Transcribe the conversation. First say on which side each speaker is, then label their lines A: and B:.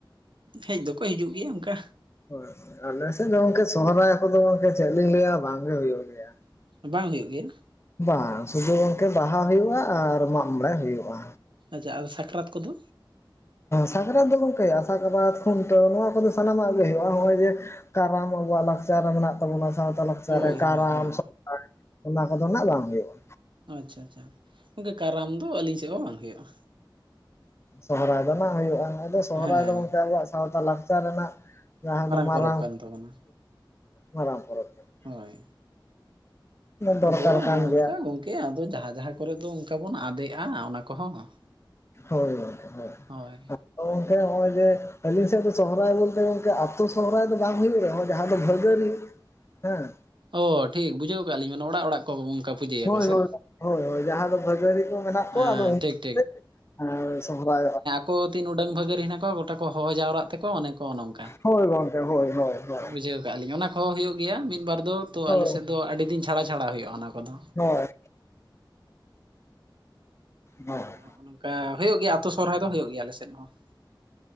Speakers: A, on the right; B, on the left.
A: ᱦᱮᱡ ᱫᱚᱠᱚ ᱦᱤᱡᱩᱜ ᱜᱮᱭᱟ ᱚᱱᱠᱟ
B: ᱦᱳᱭ ᱦᱳᱭ ᱟᱞᱮ ᱥᱮᱫ ᱫᱚ ᱜᱚᱝᱠᱮ ᱥᱚᱦᱚᱨᱟᱭ ᱠᱚᱫᱚ ᱜᱚᱝᱠᱮ ᱪᱮᱫ ᱞᱤᱧ ᱞᱟᱹᱭᱟ ᱵᱟᱝᱜᱮ ᱦᱩᱭᱩᱜ ᱜᱮᱭᱟ᱾
A: ᱵᱟᱝ ᱦᱩᱭᱩᱜ ᱜᱮᱭᱟ?
B: ᱵᱟᱝ ᱥᱩᱫᱷᱩ ᱜᱚᱝᱠᱮ ᱵᱟᱦᱟ ᱦᱩᱭᱩᱜᱼᱟ ᱟᱨ ᱢᱟᱜ ᱢᱚᱬᱮ ᱦᱩᱭᱩᱜᱼᱟ᱾
A: ᱟᱪᱪᱷᱟ ᱟᱫᱚ ᱥᱟᱠᱨᱟᱹᱛ ᱠᱚᱫᱚ
B: ᱥᱟᱠᱨᱟᱛ ᱫᱚ ᱜᱚᱝᱠᱮ ᱥᱟᱠᱨᱟᱛ ᱠᱷᱚᱱᱴᱟᱹ ᱱᱚᱣᱟ ᱠᱚᱫᱚ ᱥᱟᱱᱟᱢᱟᱜ ᱜᱮ ᱦᱩᱭᱩᱜᱼᱟ ᱱᱚᱜᱼᱚᱭ ᱡᱮ ᱠᱟᱨᱟᱢ ᱟᱵᱚᱣᱟᱜ ᱞᱟᱠᱪᱟᱨ ᱨᱮ ᱢᱮᱱᱟᱜ ᱛᱟᱵᱚᱱᱟ ᱥᱟᱶᱛᱮ ᱞᱟᱛᱟ ᱞᱟᱠᱪᱟᱨ
A: ᱦᱳᱭ
B: ᱨᱮ ᱠᱟᱨᱟᱢ
A: ᱦᱳᱭ ᱦᱳᱭ
B: ᱥᱚᱦᱨᱟᱭ ᱚᱱᱟ ᱠᱚᱫᱚ ᱱᱟᱦᱟᱜ ᱵᱟᱝ ᱦᱩᱭᱩᱜᱼᱟ᱾
A: ᱟᱪᱪᱷᱟ ᱟᱪᱪᱷᱟ ᱜᱚᱝᱠᱮ ᱠᱟᱨᱟᱢ ᱫᱚ ᱟᱹᱞᱤᱧ ᱥᱮᱫ ᱦᱚᱸ ᱵᱟᱝ ᱦᱩᱭᱩᱜᱼᱟ᱾
B: ᱥᱚᱦᱨᱟᱭ ᱫᱚ ᱵᱟᱝ ᱦᱩᱭᱩᱜᱼᱟ ᱱᱚᱜᱚᱭ ᱫᱚ ᱥᱚᱦᱨᱟᱭ
A: ᱦᱮᱸ
B: ᱫᱚ ᱜᱚᱝᱠᱮ ᱟᱵᱚᱣᱟᱜ ᱥᱟᱶᱛᱟ ᱞᱟᱠᱪᱟᱨ ᱨᱮᱱᱟᱜ ᱡᱟᱦᱟᱸ ᱫᱚ ᱢᱟᱨᱟᱝ
A: ᱯᱚᱨᱚᱵᱽ ᱠᱟᱱ ᱛᱟᱵᱚᱱᱟ
B: ᱢᱟᱨᱟᱝ ᱯᱚᱨᱚᱵᱽ ᱠᱟᱱᱟ
A: ᱦᱳᱭ᱾
B: ᱫᱚᱨᱠᱟᱨ
A: ᱟᱫᱚ
B: ᱠᱟᱱ
A: ᱱᱚᱝᱠᱟ
B: ᱜᱮᱭᱟ
A: ᱜᱚᱝᱠᱮ ᱟᱫᱚ ᱡᱟᱦᱟᱸ ᱡᱟᱦᱟᱸ ᱠᱚᱨᱮ ᱫᱚ ᱚᱱᱠᱟ ᱵᱚᱱ ᱟᱫᱮᱜᱼᱟ ᱚᱱᱟ ᱠᱚᱦᱚᱸ
B: ᱦᱳᱭ ᱦᱳᱭ
A: ᱦᱳᱭ
B: ᱟᱫᱚ ᱜᱚᱝᱠᱮ ᱦᱳᱭ ᱟᱫᱚ ᱜᱚᱝᱠᱮ ᱱᱚᱜᱼᱚᱭ ᱡᱮ ᱟᱹᱞᱤᱧ ᱥᱮᱫ ᱫᱚ ᱥᱚᱦᱚᱨᱟᱭ ᱵᱚᱞᱛᱮ ᱜᱚᱝᱠᱮ ᱥᱚᱨᱦᱟᱭ ᱫᱚ ᱵᱟᱝ ᱦᱩᱭᱩᱜᱼᱟ ᱡᱟᱦᱟᱸ ᱫᱚ ᱵᱷᱟᱹᱜᱟᱹᱨᱤ ᱦᱮᱸ᱾
A: ᱚ ᱴᱷᱤᱠ ᱵᱩᱡᱷᱟᱹᱣ ᱟᱠᱟᱫᱟ ᱞᱤᱧ ᱚᱱᱮ ᱚᱲᱟᱜ ᱚᱲᱟᱜ ᱠᱚ ᱚᱱᱠᱟ ᱯᱩᱡᱟᱹᱭᱟᱠᱚ
B: ᱦᱳᱭ
A: ᱥᱮ
B: ᱦᱳᱭ ᱦᱳᱭ ᱦᱳᱭ ᱡᱟᱦᱟᱸ ᱫᱚ ᱵᱷᱟᱜᱤ ᱠᱚ ᱢᱮᱱᱟᱜ ᱠᱚᱣᱟ
A: ᱦᱮᱸ
B: ᱟᱫᱚ ᱩᱱ
A: ᱴᱷᱤᱠ
B: ᱥᱚᱦᱨᱟᱭᱚᱜᱼᱟ᱾
A: ᱠᱚ ᱛᱤᱱ ᱩᱰᱟᱹᱝ ᱵᱷᱟᱹᱜᱟᱹᱨᱤ ᱦᱮᱱᱟᱜ ᱠᱚᱣᱟ ᱜᱚᱴᱟ ᱠᱚ ᱦᱚᱦᱚ ᱡᱟᱣᱨᱟᱜ ᱛᱮᱠᱚ ᱚᱱᱮ ᱠᱚ ᱱᱚᱝᱠᱟ
B: ᱦᱳᱭ ᱜᱚᱝᱠᱮ ᱦᱳᱭ ᱦᱳᱭ ᱦᱳᱭ ᱾
A: ᱵᱩᱡᱷᱟᱹᱣ ᱠᱟᱜ ᱞᱤᱧ ᱚᱱᱟ ᱠᱚᱦᱚᱸ ᱦᱩᱭᱩᱜ ᱜᱮᱭᱟ ᱢᱤᱫ ᱵᱟᱨ ᱫᱚ ᱛᱚ
B: ᱦᱳᱭ
A: ᱟᱞᱮᱥᱮᱫ ᱫᱚ ᱟᱹᱰᱤ ᱫᱤᱱ ᱟᱲᱟ ᱪᱷᱟᱲᱟ ᱦᱩᱭᱩᱜᱼᱟ ᱚᱱᱟ ᱠᱚᱫᱚ᱾
B: ᱦᱳᱭ ᱾ ᱦᱳᱭ
A: ᱟᱫᱚ ᱱᱚᱜ-ᱚ ᱱᱚᱝᱠᱟ ᱦᱩᱭᱩᱜ ᱜᱮᱭᱟ ᱟᱛᱳ ᱥᱚᱦᱨᱟᱭ ᱫᱚ ᱦᱩᱭᱩᱜ ᱜᱮᱭᱟ ᱟᱞᱮ ᱥᱮᱫ ᱦᱚᱸ ᱾